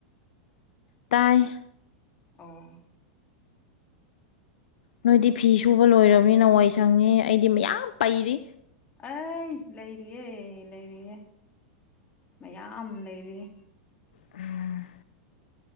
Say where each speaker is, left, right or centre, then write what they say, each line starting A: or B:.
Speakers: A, on the left (about 75°); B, on the left (about 25°).
A: ꯇꯥꯏ
B: ꯑꯣ
A: ꯅꯣꯏꯗꯤ ꯐꯤ ꯁꯨꯕ ꯂꯣꯏꯔꯕꯅꯤꯅ ꯋꯥꯏ ꯁꯪꯉꯦ ꯑꯩꯗꯤ ꯃꯌꯥꯝ ꯄꯩꯔꯤ
B: ꯑꯩ ꯂꯩꯔꯤꯌꯦ ꯂꯩꯔꯤꯌꯦ ꯃꯌꯥꯝ ꯂꯩꯔꯤꯌꯦ
A: ꯎꯝ